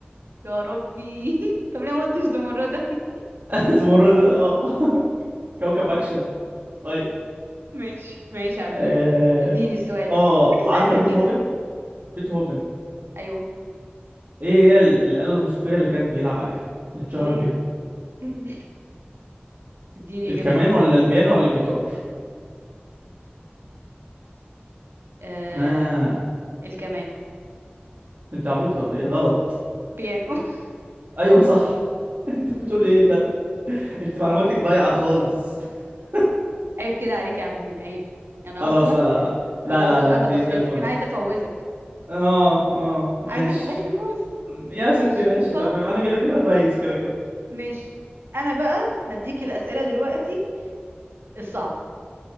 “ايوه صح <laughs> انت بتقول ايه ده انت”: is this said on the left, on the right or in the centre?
Right